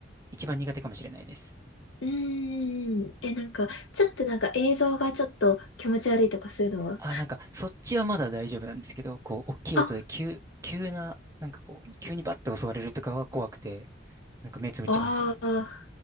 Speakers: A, on the right (about 15°); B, on the left (about 85°).
A: 一番苦手かもしれないです。
B: うーん。え、なんか、ちょっとなんか映像がちょっと気持ち悪いとかそういうのは
A: ああ、なんか、そっちはまだ大丈夫なんですけど、こう、大きい音で急、
B: あ、
A: 急な、なんかこう、急にバッて襲われるとかは怖くて、なんか目つぶっちゃうんですよね。
B: ああ。